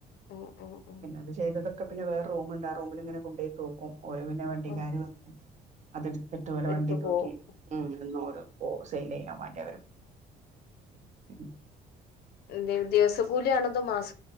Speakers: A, on the left; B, on the right.
A: ഉം ഉം ഉം ഉം
B: പിന്നെ അത് ചെയ്തത് ഇപ്പം പിന്നേ വേറെ റൂമ്ണ്ട് ആ റുമിൽ ഇങ്ങനെ കൊണ്ടോയി തൂക്കും ഓല് പിന്നെ വണ്ടികാര്
A: ഉം
B: വന്ന് അതെട് ത്ത്ട്ട് ഓലെ
A: എടുത്തു
B: വണ്ടി തൊക്കെ
A: പോവും
B: ഉം ഓരോ ഓസെല് ചെയ്യും മറ്റവരും ഉം
A: ദി ദിവസ കൂലിയാണഅതോ മാസ